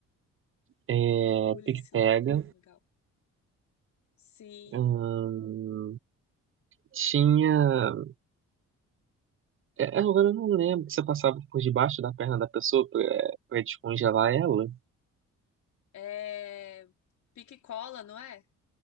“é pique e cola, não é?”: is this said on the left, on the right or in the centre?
Left